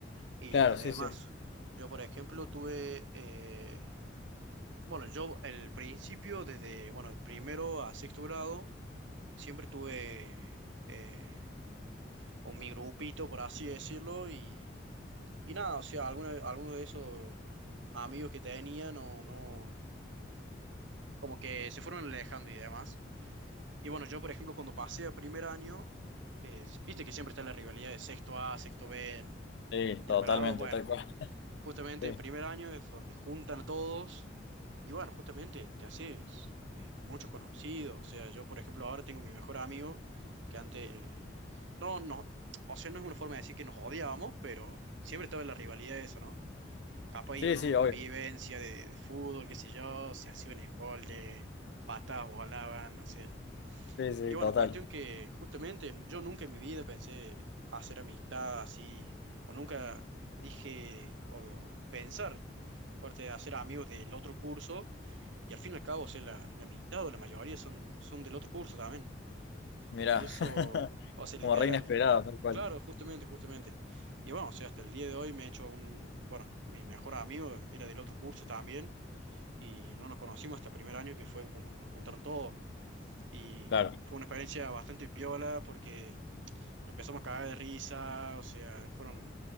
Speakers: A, on the right; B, on the left.
A: y
B: Claro,
A: demás.
B: sí, sí.
A: Yo, por ejemplo, tuve, eh, bueno, yo el principio, desde, bueno, de primero a sexto grado, siempre tuve eh, con mi grupito, por así decirlo, y, y nada, o sea, algunos, algunos de esos amigos que tenía, no, no, como que se fueron alejando y demás. Y bueno, yo, por ejemplo, cuando pasé a primer año, eh, viste que siempre está la rivalidad de sexto A, sexto B, En
B: Sí, totalmente,
A: los grados, bueno,
B: tal cual.
A: justamente
B: Sí,
A: en primer año es donde juntan a todos y bueno, justamente te haces eh, muchos conocidos. O sea, yo por ejemplo ahora tengo mi mejor amigo que antes, no, no, o sea, no es una forma de decir que nos odiábamos, pero siempre estaba la rivalidad de eso, ¿no? Capaz
B: sí,
A: iban
B: sí,
A: a una
B: obvio.
A: convivencia de, de fútbol, qué sé yo, se hacían un embolde, patas volaban, no sé
B: Sí, sí,
A: y bueno,
B: total.
A: cuestión que justamente yo nunca en mi vida pensé hacer amistad así, o nunca dije, o pensar, corte, hacer amigos del otro curso, y al fin y al cabo, o sea, la, la mitad o la mayoría son, son del otro curso también.
B: Mirá,
A: Y eso,
B: <laughs>
A: o sea, literal,
B: como re inesperado, tal cual.
A: claro, justamente, justamente. Y bueno, o sea, hasta el día de hoy me he hecho un, bueno, mi mejor amigo era del otro curso también, y no nos conocimos hasta el primer año que fue cuando nos juntaron todos y
B: Claro,
A: fue una experiencia bastante piola porque empezamos a cagar de risa, o sea, fueron